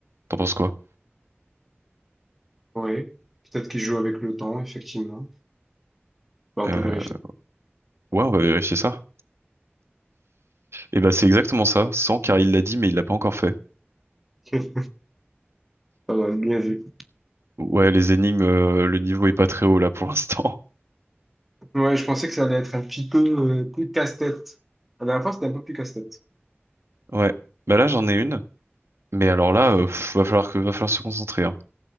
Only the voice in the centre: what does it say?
Ouais, peut-être qu'il joue avec le temps, effectivement. Bah, on
peut vérifier.
<laughs> Pas mal, bien vu.
Ouais, je pensais que ça allait être un petit peu euh, plus casse-tête. La dernière fois, c'était un peu plus casse-tête.